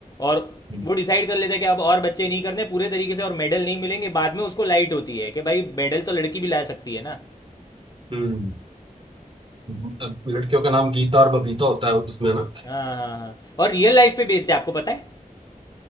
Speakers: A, on the left; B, on the right.
A: और
B: हम्म।
A: वो डिसाइड कर लेता है कि अब और बच्चे नहीं करने पूरे तरीके से और मेडल नहीं मिलेंगे बाद में उसको लाइट होती है कि भाई मेडल तो लड़की भी ला सकती है ना
B: हम्म अब लड़कियों का नाम गीता और बबीता होता है उसमें ना
A: हाँ हाँ हाँ और रियल लाइफ पे बेस्ड है आपको पता है